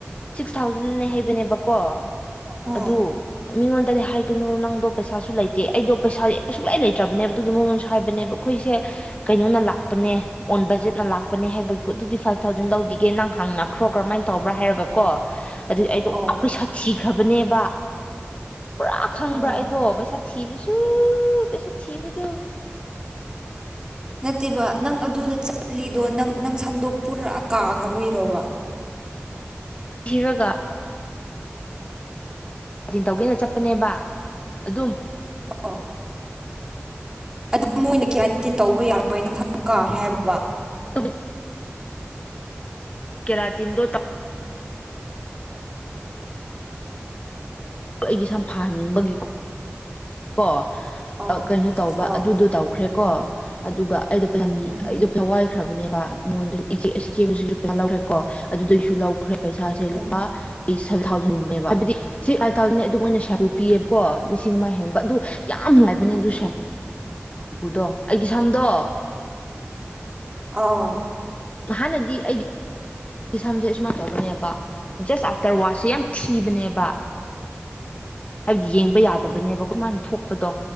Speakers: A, on the left; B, on the right.
A: ꯁꯤꯛꯁ ꯊꯥꯎꯖꯟꯅꯦ ꯍꯩꯕꯅꯦꯕꯀꯣ
B: ꯎꯝ
A: ꯑꯗꯨ ꯃꯤꯉꯣꯟꯗꯗꯤ ꯍꯥꯏ ꯀꯩꯅꯣ ꯅꯪꯗꯣ ꯄꯩꯁꯥꯁꯨ ꯂꯩꯇꯦ ꯑꯩꯗꯣ ꯄꯩꯁꯥꯁ ꯑꯨꯛꯂꯩ ꯂꯩꯇ꯭ꯔꯕꯅꯦꯕ ꯑꯗꯨꯒꯤ ꯃꯉꯣꯟꯁꯨ ꯍꯥꯏꯕꯅꯦꯕ ꯑꯩꯈꯣꯏꯁꯦ ꯀꯩꯅꯣꯅ ꯂꯥꯛꯄꯅꯦ ꯑꯣꯟ ꯕꯖꯦꯠꯅ ꯂꯥꯛꯄꯅꯦ ꯍꯥꯏꯕꯒꯤꯀꯣ ꯑꯗꯨꯗꯤ ꯐꯥꯏꯚ ꯊꯥꯎꯖꯟ ꯂꯧꯕꯤꯒꯦ ꯅꯪ ꯍꯪꯅꯈ꯭ꯔꯣ ꯀꯔꯝꯍꯥꯏꯅ ꯇꯧꯕ꯭ꯔꯥ ꯍꯥꯏꯔꯒꯀꯣ ꯑꯗꯨ ꯑꯩꯗꯣ
B: ꯑꯣ
A: ꯑ ꯄꯩꯁꯥ ꯊꯤꯈ꯭ꯔꯕꯅꯦꯕ ꯄꯨꯔꯥ ꯈꯪꯕ꯭ꯔꯥ
B: ꯑꯣ
A: ꯑꯩꯗꯣ ꯄꯩꯁꯥ ꯊꯤꯕꯁꯨ ꯄꯩꯁꯥ ꯊꯤꯕꯗꯨ
B: ꯅꯠꯇꯦꯕ ꯅꯪ ꯑꯗꯨꯗ ꯆꯠꯂꯤꯗꯣ ꯅꯪ ꯅꯪ ꯁꯝꯗꯣ ꯄꯨꯔꯥ ꯀꯥꯈ꯭ꯔ ꯕꯩꯔꯣꯕ
A: <unintelligible> ꯀꯇꯤꯟ ꯇꯧꯒꯦꯅ ꯆꯠꯄꯅꯦꯕ ꯑꯗꯨꯝ
B: ꯑꯣ ꯑꯗꯨ ꯃꯣꯏꯅ ꯀꯌꯥ ꯇꯤꯟ ꯇꯧꯕ ꯌꯥꯔꯣꯏ ꯅꯨꯡꯊꯥꯡ ꯀꯥꯔꯦ ꯍꯥꯏꯕ
A: <unintelligible> ꯀꯪꯔꯥꯇꯤꯟꯗꯣ
B: <unintelligible>
A: ꯑꯩꯒꯤ ꯁꯝ ꯐꯥꯍꯟꯅꯤꯡꯕꯒꯤꯀꯣ ꯀꯣ
B: ꯑꯣ
A: ꯀꯩꯅꯣ ꯇꯧꯕ
B: ꯑꯥ
A: ꯑꯗꯨꯗꯣ ꯇꯧꯈ꯭ꯔꯦꯀꯣ ꯑꯗꯨꯒ ꯑꯩꯗꯣ <unintelligible>
B: ꯎꯝ
A: ꯑꯩꯗꯣ ꯄꯋꯥꯏꯈ꯭ꯔꯕꯅꯦꯕ ꯑꯩꯉꯣꯟꯗ ꯏ ꯏꯆꯦꯕꯨꯁꯨ ꯄꯌꯥ ꯂꯧꯈ꯭ꯔꯦꯀꯣ ꯑꯗꯨꯗꯩꯁꯨ ꯂꯧꯈ꯭ꯔꯦ ꯄꯩꯁꯥꯁꯦ
B: ꯎꯝ
A: ꯂꯨꯄꯥ ꯑꯩ ꯁꯚꯦꯟ ꯊꯥꯎꯖꯟꯕ ꯍꯥꯏꯕꯗꯤ ꯁꯤ ꯊꯥꯎꯖꯟ ꯑꯗꯨꯝ ꯑꯣꯏꯅ ꯁ ꯄꯤꯑꯕꯀꯣ ꯂꯤꯁꯤꯡ ꯑꯃ ꯍꯦꯟꯕ ꯑꯗꯨ ꯌꯥꯝ ꯅꯨꯡꯥꯏꯕꯅꯦ ꯑꯗꯨ ꯎꯄꯨꯗꯣ ꯑꯩꯒꯤ ꯁꯝꯗꯣ
B: ꯑꯥꯎ
A: ꯍꯥꯟꯅꯗꯤ ꯑꯩꯒꯤ ꯁꯝꯁꯦ ꯑꯨꯃꯥꯏꯅ ꯇꯧꯕꯅꯦꯕ ꯖꯁ ꯑꯥꯐꯇꯔ ꯋꯥꯁꯁꯦ ꯌꯥꯝ ꯊꯤꯕꯅꯦꯕ ꯍꯥꯏꯕꯗꯤ ꯌꯦꯡꯕ ꯌꯥꯗꯕꯅꯦꯕ ꯀꯃꯥꯏꯅ ꯊꯣꯛꯄꯗꯣ